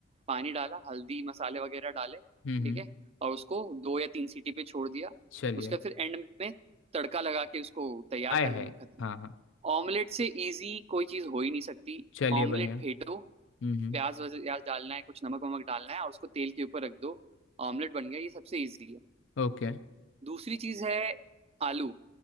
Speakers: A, on the right (about 30°); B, on the left (about 70°).
A: पानी डाला हल्दी मसाले वगैरह डाले
B: हम्म
A: ठीक
B: हम्म,
A: है और उसको दो या तीन सीटी पे छोड़ दिया
B: चलिए
A: उसके फिर एंड में तड़का लगा के उसको तैयार
B: आए
A: कर देना
B: है
A: खत्म
B: हाँ हाँ
A: ऑमलेट से इजी कोई चीज हो ही नहीं सकती
B: चलिए
A: ऑमलेट
B: बढ़िया
A: फेंटो
B: हम्म हम्म
A: प्याज वज- प्याज डालना है कुछ नमक वमक डालना है और उसको तेल के ऊपर रख दो ऑमलेट बन गया ये सबसे इजी है
B: ओके
A: दूसरी चीज है आलू